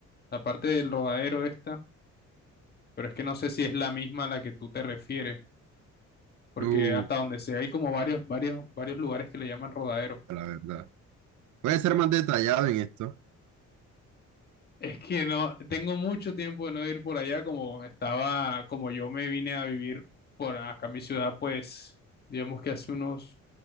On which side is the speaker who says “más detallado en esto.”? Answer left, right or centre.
Right